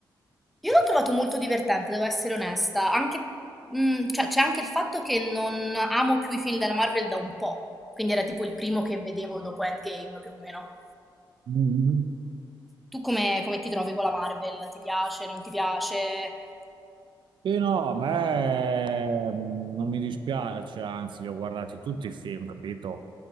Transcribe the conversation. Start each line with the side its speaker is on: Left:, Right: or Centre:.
Centre: Io l'ho trovato molto divertente, devo essere onesta, anche, mm, cioè, c'è anche il fatto che non amo più i film della Marvel da un po', quindi era tipo il primo che vedevo dopo Endgame più o meno.
Right: Mhm.
Centre: Tu come, come ti trovi con la Marvel? Ti piace, non ti piace?
Right: Sì, no, a me mm, non mi dispiace, anzi, li ho guardati tutti i film, capito?